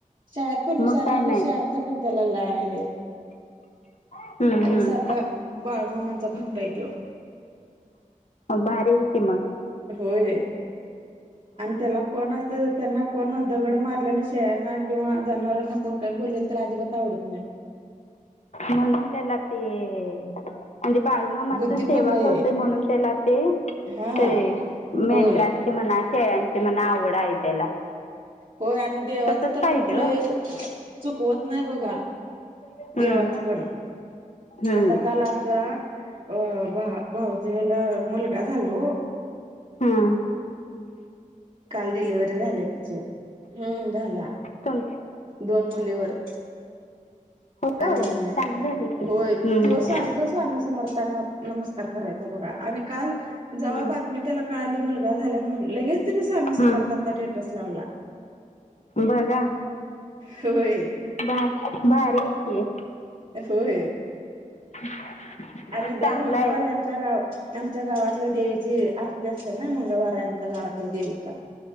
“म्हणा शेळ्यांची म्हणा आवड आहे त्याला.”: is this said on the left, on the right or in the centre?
Left